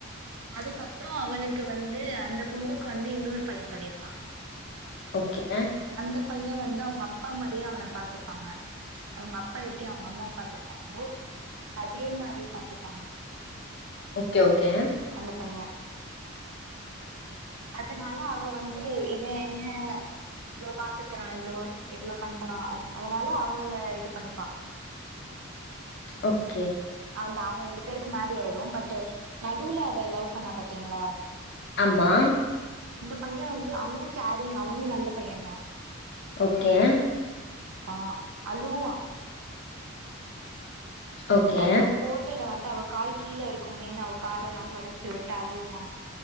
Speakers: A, on the right (about 75°); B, on the left (about 50°).
A: அதுக்கப்புறோ அவனுக்கு வந்து அந்த பொண்ணுக்கு வந்து இன்னொரு பைய கெடைப்பா
B: ஓகே.
A: அந்த பைய வந்து அவங்க அப்பா மாரியே அவன பாத்துப்பாங்க அவங்க அப் பா எப்டி அவங்க அம்மாவ பாத்துக்ட்டாங்களோ அதே மாரி பாத்துப்பாங்க.
B: ஓகே ஓகே
A: அந்த பைய அதுனால அவ வந்து இது என்ன இவ்ளோ பாத்துக்கறா இவ்ளோ எவ்வளோ பண்றான் அது அதனால அவள இது பண்ணிப்பா
B: ஓக்
A: அதுதா அவங்க ரெண்டு பேருக்கு மேரி ஆயிரு பட் நடுல அவ லவ் பண்ணா பத்தீங்ளா
B: ஆமா
A: பைய வந்து அவனு கேரிங் அவனு நல்ல பைய தா
B: ஓகே
A: ஆ அழுவா
B: ஓகே.
A: அவ சொல்லுவா கோல்டுல வந் து அவ கால் கீழ இருக்குமேன்னு அவ காலலா தொடச்சி விட்டு அழுவுவா